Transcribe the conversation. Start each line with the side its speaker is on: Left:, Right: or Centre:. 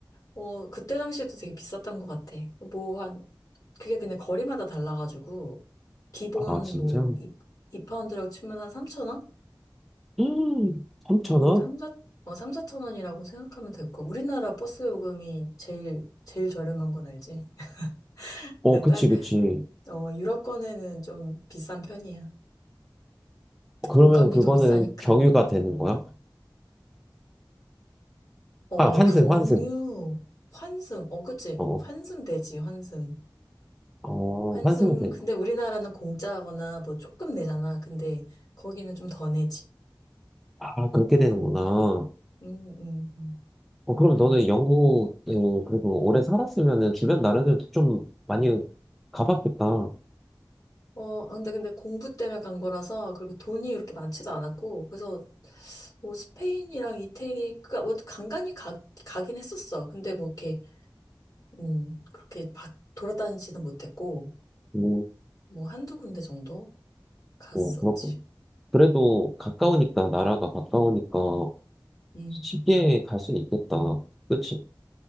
Left: 어, 그때 당시에도 되게 비쌌던 것 같아. 뭐, 한, 그게 그냥 거리마다 달라가지고, 기본
Centre: 아, 진짜?
Left: 뭐, 2, 이파운드라고 치면 한 3,000원?
Centre: 음, 3천원
Left: 음, 3, 4, 어, 3, 4원이라고 생각하면 될 거야. 우리나라 버스 요금이 제일, 제일 저렴한 건 알지? <laughs>
Centre: 어, 그치,
Left: 딸,
Centre: 그치.
Left: 어, 유럽권에는 좀 비싼 편이야.
Centre: 그러면
Left: 인건비도
Centre: 그거는
Left: 비싸니까.
Centre: 경유가 되는 거야?
Left: 어,
Centre: 아, 환승,
Left: 경유,
Centre: 환승.
Left: 환승, 어, 그치?
Centre: 어,
Left: 환승되지, 환승.
Centre: 어,
Left: 환승,
Centre: 환승은 돼.
Left: 근데 우리나라는 공짜거나 뭐 조금 내잖아. 근데 거기는 좀 더 내지.
Centre: 아, 그렇게 되는구나.
Left: 음, 음, 음, 음.
Centre: 어, 그럼 너는 영국, 어, 그리고 오래 살았으면은 주변 나라들도 좀 많이 가봤겠다.
Left: 어, 아, 근데 근데 공부 때문에 간 거라서 그렇게 돈이 그렇게 많지도 않았고, 그래서 뭐 스페인이랑 이태리, 그니까 뭐 간간히 가, 가긴 했었어. 근데 뭐 이렇게, 음, 그렇게 바, 돌아다니지는 못했고,
Centre: 음,
Left: 뭐 한두 군데 정도 갔었지.
Centre: 어, 그렇군. 그래도 가까우니까, 나라가 가까우니까
Left: 음,
Centre: 쉽게 갈 수는 있겠다. 그치?